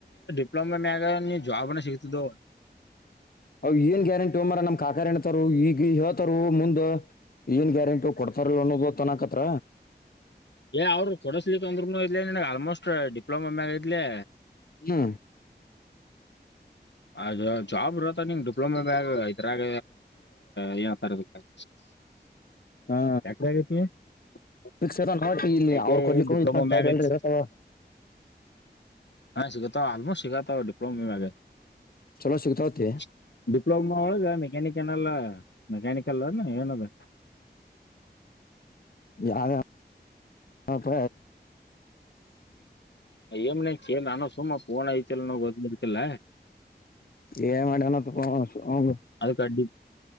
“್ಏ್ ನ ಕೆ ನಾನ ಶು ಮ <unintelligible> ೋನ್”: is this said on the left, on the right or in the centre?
Left